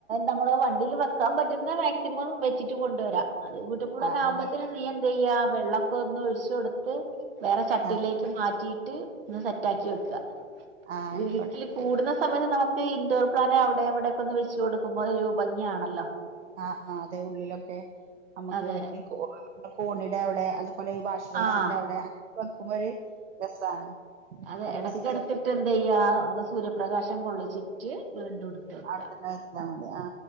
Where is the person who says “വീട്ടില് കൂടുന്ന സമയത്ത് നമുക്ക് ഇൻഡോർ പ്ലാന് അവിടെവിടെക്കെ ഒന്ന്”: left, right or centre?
Right